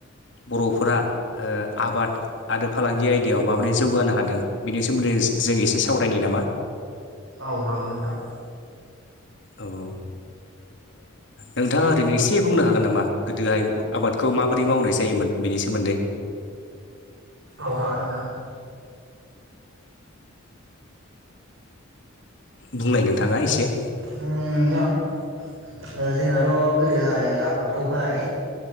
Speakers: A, on the left (about 60°); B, on the right (about 70°).
A: बर'फोरा ओ आबाद आरो फालांगि आयदायाव माबोरै जौगानो हादों बेनि सोमोन्दै जों एसे सावरायनि नामा?
B: औ हागोन नोंथां।
A: औ औ। नोंथाङा ओरैनो एसे बुंनो हागोन नामा गोदोहाय आबादखौ माबोरै मावनाय जायोमोन। बिनि सोमोन्दै
B: औ हागोन नोंथां।
A: बुंलाय नोंथाङा एसे
B: ओं नोंथां जोंहाथ' गोदोहाय आबादखौहाय